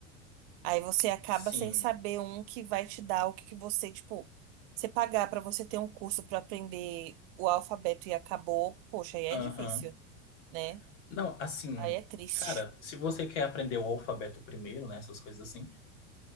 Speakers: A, on the right; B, on the left.
A: Aí você acaba
B: sim,
A: sem saber um que vai te dar o que que você, tipo, você pagar pra você ter um curso pra aprender o alfabeto e acabou, poxa, aí é
B: aham.
A: difícil, né?
B: Não, assim,
A: Aí é triste.
B: cara, se você quer aprender o alfabeto primeiro, né, essas coisas assim.